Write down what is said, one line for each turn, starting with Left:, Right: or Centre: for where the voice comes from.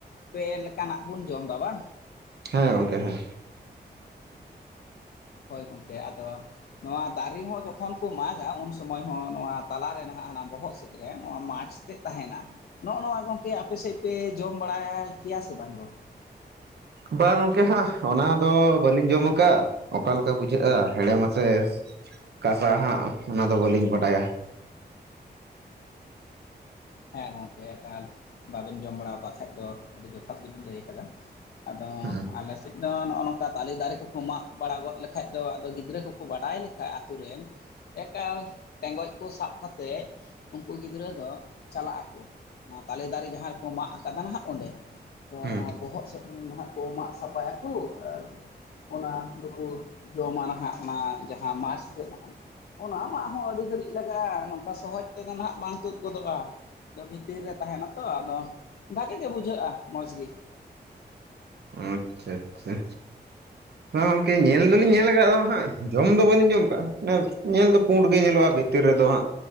Left: ᱯᱮ ᱞᱮᱠᱟᱱᱟᱜ ᱵᱚᱱ ᱡᱚᱢ ᱮᱫᱟ ᱵᱟᱝ?
Right: ᱦᱮᱸ ᱜᱚᱝᱠᱮ ᱦᱮᱸ
Left: ᱦᱳᱭ ᱜᱚᱝᱠᱮ ᱟᱫᱚ ᱱᱚᱣᱟ ᱫᱟᱨᱤ ᱦᱚᱸ ᱡᱚᱠᱷᱚᱱ ᱠᱚ ᱢᱟᱜᱟ ᱩᱱ ᱥᱩᱚᱢᱚᱭ ᱦᱚᱸ ᱱᱚᱣᱟ ᱛᱟᱞᱟᱨᱮ ᱱᱟᱦᱟᱜ ᱦᱟᱱᱟ ᱵᱚᱦᱚᱜ ᱥᱮ ᱨᱮ ᱱᱚᱣᱟ ᱢᱟᱪᱽ ᱛᱮᱫ ᱛᱟᱦᱮᱱᱟ᱾ ᱱᱚᱜ ᱱᱚᱣᱟ ᱜᱚᱝᱠᱮ ᱟᱯᱮ ᱥᱮᱜ‌ ᱯᱮ ᱡᱚᱢ ᱵᱟᱲᱟ-ᱟᱭ ᱠᱮᱭᱟ ᱥᱮ ᱵᱟᱝ ᱜᱚᱝᱠᱮ?
Right: ᱵᱟᱝ ᱜᱚᱝᱠᱮ ᱦᱟᱸᱜ ᱚᱱᱟ ᱫᱚ ᱵᱟᱹᱞᱤᱧ ᱡᱚᱢ ᱟᱠᱟᱜᱼᱟ? ᱚᱠᱟ ᱞᱮᱠᱟ ᱵᱩᱡᱷᱟᱹᱜᱼᱟ ᱦᱮᱲᱮᱢᱟ ᱥᱮ ᱠᱟᱥᱟ ᱦᱟᱸᱜ ᱚᱱᱟᱫᱚ ᱵᱟᱹᱞᱤᱧ ᱵᱟᱰᱟᱭᱟ ᱾
Left: ᱦᱮᱸ ᱜᱚᱝᱠᱮ ᱮᱠᱟᱞ ᱵᱟᱵᱮᱱ ᱡᱚᱢ ᱵᱟᱲᱟ ᱠᱟᱣ ᱠᱷᱟᱡ ᱫᱚ ᱟᱹᱰᱤ ᱡᱚᱛᱷᱟᱛ ᱜᱮᱵᱮᱱ ᱞᱟᱹᱭ ᱟᱠᱟᱫᱟ᱾ ᱟᱫᱚ
Right: ᱦᱩᱸ
Left: ᱟᱞᱮ ᱥᱮᱫ ᱱᱚ ᱱᱚᱜᱼᱚ ᱱᱚᱝᱠᱟ ᱛᱟᱞᱮ ᱫᱟᱨᱮ ᱠᱚᱠᱚ ᱢᱟᱜ ᱵᱟᱲᱟ ᱜᱚᱫ ᱞᱮᱠᱷᱟᱡ ᱫᱚ ᱟᱫᱚ ᱜᱤᱫᱽᱨᱟᱹ ᱠᱚᱠᱚ‌ ᱵᱟᱰᱟᱭ ᱞᱮᱠᱷᱟᱡ ᱟᱛᱩ ᱨᱮᱱ, ᱮᱠᱟᱞ ᱴᱮᱸᱜᱚᱡ ᱠᱚ ᱥᱟᱵ ᱠᱟᱛᱮᱜ ᱩᱱᱠᱩ ᱜᱤᱫᱽᱨᱟᱹ ᱫᱚ ᱪᱟᱞᱟᱜ ᱟᱠᱩ ᱚᱱᱟ ᱛᱟᱞᱮ ᱫᱟᱨᱮ ᱡᱟᱦᱟᱸ ᱨᱮᱠᱚ ᱢᱟᱜ ᱠᱟᱫᱟ ᱱᱟᱦᱟᱸᱜ ᱚᱸᱰᱮ ᱾ ᱛᱚ
Right: ᱦᱩᱸ
Left: ᱚᱱᱟ ᱵᱚᱦᱚᱜ ᱥᱮᱫ ᱩ ᱢᱟᱢᱟᱜ ᱠᱩ ᱢᱟᱜ ᱥᱟᱯᱷᱟᱭᱟ ᱠᱩ ᱟᱨ, ᱚᱱᱟ ᱫᱩᱠᱩ ᱡᱚᱢᱟ ᱱᱟᱦᱟᱜ ᱚᱱᱟ ᱡᱟᱦᱟᱸ ᱢᱟᱪᱽ ᱛᱮᱫ ᱱᱟᱦᱟᱜ᱾ ᱚᱱᱟ ᱢᱟᱜ ᱦᱚᱸ ᱟᱹᱰᱤ ᱜᱷᱟᱹᱲᱤᱡ ᱞᱟᱜᱟᱜᱼᱟ ᱱᱚᱝᱠᱟ ᱥᱚᱦᱚᱡᱽ ᱛᱮᱫᱚ ᱱᱟᱦᱟᱸᱜ ᱵᱟᱝ ᱛᱩᱫ ᱜᱚᱫᱚᱜᱼᱟ ᱾ ᱚᱫ ᱵᱷᱤᱛᱤᱨ ᱨᱮ ᱛᱟᱦᱮᱱᱟ ᱛᱚ ᱟᱫᱚ ᱵᱷᱟᱜᱮ ᱜᱮ ᱵᱩᱡᱷᱟᱹᱜᱼᱟ ᱢᱚᱸᱡᱽ ᱜᱤ᱾
Right: ᱚ ᱟᱪᱪᱷᱟ ᱟᱪᱪᱷᱟ᱾ ᱦᱚ ᱜᱚᱝᱠᱮ ᱧᱮᱞ ᱫᱚᱞᱤᱧ ᱧᱮᱞ <unintelligible> ᱦᱟᱸᱜ ᱡᱚᱢ ᱫᱚ ᱵᱟᱹᱞᱤᱧ ᱡᱚᱢ ᱠᱟᱜᱼᱟ ᱧᱮᱞ ᱫᱚ ᱯᱩᱸᱰ ᱜᱮ ᱧᱮᱞᱚᱜᱼᱟ ᱵᱷᱤᱛᱤᱨ ᱨᱮᱫᱚ ᱦᱟᱸᱜ